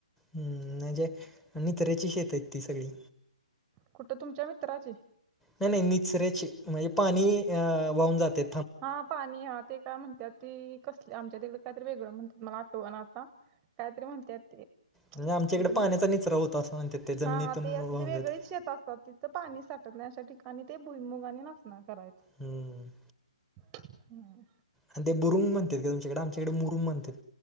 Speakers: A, in the centre; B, on the right.
A: हम्म, म्हणजे मित्राची शेतं आहेत ती सगळी.
B: कुठं तुमच्या मित्राचे?
A: नाही नाही निचऱ्याची, म्हणजे पाणी अ वाहून जातंय.
B: हा पाणी हा ते काय म्हणत्याती. असंली आमच्या तिकडे काहीतरी वेगळं म्हणतात. मला आठवणा आता. कायतरी म्हणतात ते.
A: म्हणजे आमच्याकडे
B: असू दे मग,
A: पाण्याचा निचरा होता असं म्हणतात ते जमिनीतून
B: हा हा ते असं
A: वाहून
B: ते वेगळीच
A: जाते
B: शेतं असतात. तिथं पाणी साठत नाही अशा ठिकाणी ते भुईमुगाने नसणार करायचं.
A: हम्म हम्म.
B: हम्म.
A: आणि ते बुरुंग म्हणत्यात ते तुमच्याकडं, आमच्याकडं मुरुंम म्हणत्यात.